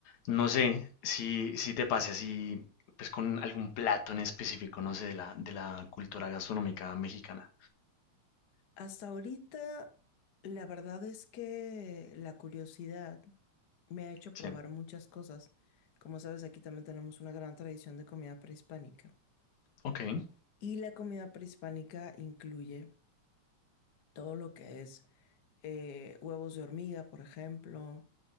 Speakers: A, on the left; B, on the left.
A: No sé si, si te pase así, pues con algún plato en específico, no sé, de la, de la cultura gastronómica mexicana.
B: Hasta ahorita, la verdad es que la curiosidad me ha hecho
A: Sí.
B: probar muchas cosas. Como sabes, aquí también tenemos una gran tradición de comida prehispánica.
A: Ok.
B: Y la comida prehispánica incluye todo lo que es eh, huevos de hormiga, por ejemplo,